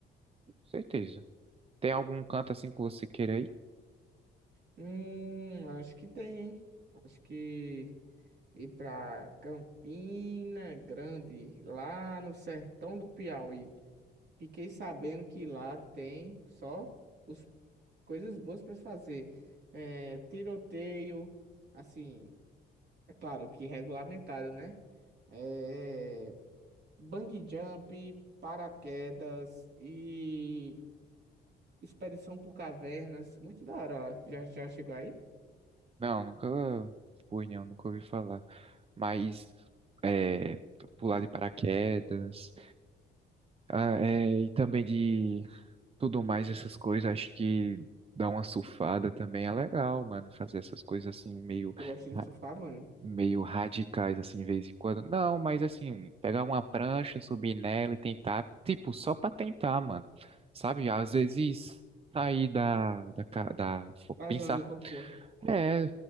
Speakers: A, on the right; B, on the right.
A: certeza. Tem algum canto assim que você queira ir?
B: Hum, acho que tem, hein? Acho que. ir para Campina Grande, lá no sertão do Piauí. Fiquei sabendo que lá tem só os, coisas boas para fazer. É, tiroteio, assim, é claro que regulamentado, né? É, bungee jump, paraquedas e expedição por cavernas. Muito da hora, ó. Já, já chegou aí?
A: Não, nunca fui, não, nunca ouvi falar. Mas é, pular de paraquedas, ah, é, e também de tudo mais, essas coisas, acho que dar uma surfada também é legal, mano, fazer essas coisas assim meio
B: Eu gosto de
A: ra-
B: surfar, mano.
A: meio radicais assim de vez em quando. Não, mas assim, pegar uma prancha, subir nela e tentar, tipo, só pra tentar, mano. Sabe? Às vezes sair da da, ca- da fo-
B: Na
A: pensar
B: zona de conforto.
A: é,